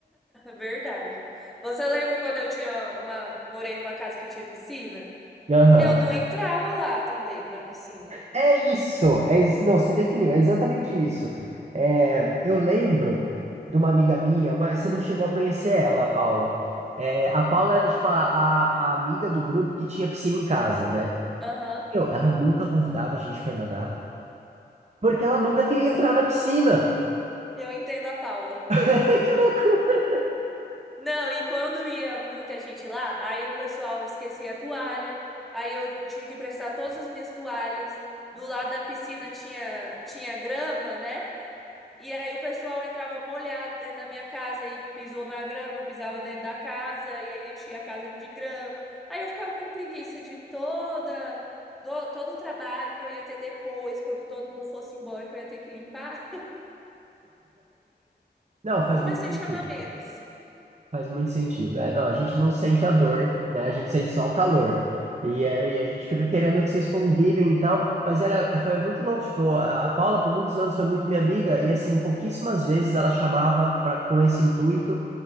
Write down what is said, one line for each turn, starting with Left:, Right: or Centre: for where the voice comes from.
Centre: Verdade. Você lembra quando eu tinha uma, morei numa casa que tinha piscina?
Right: Aham.
Centre: Eu não entrava lá também na piscina.
Right: É isso, é, isso- não, você definiu, é exatamente isso. É, eu lembro de uma amiga minha, mas você não chegou a conhecer ela, a Paula. É, a Paula era tipo a, a, a amiga do grupo que tinha piscina em casa, né?
Centre: Aham,
Right: Eu, ela nunca convidava a gente pra ir nadar, porque ela nunca queria entrar na piscina.
Centre: eu entendo a Paula.
Right: <laughs> Que loucura!
Centre: Não, e quando ia muita gente lá, aí o pessoal esquecia a toalha, aí eu tinha que emprestar todas as minhas toalhas. Do lado da piscina tinha, tinha grama, né? E aí o pessoal entrava molhado dentro da minha casa e pisou na grama, pisava dentro da casa e aí enchia a casa de grama. Aí eu ficava com preguiça de toda do- todo o trabalho que eu ia ter depois, quando todo mundo fosse embora, que eu ia ter que limpar. <laughs>
Right: Não, faz
Centre: Comecei
Right: muito sentido.
Centre: a chamar menos.
Right: Faz muito sentido. É, não, a gente não sente a dor, né? A gente sente só o calor. E aí a gente fica querendo que vocês convidem e tal, mas era, foi muito louco. Tipo, a a Paula por muitos anos foi muito minha amiga e assim, pouquíssimas vezes ela chamava pra, com esse intuito.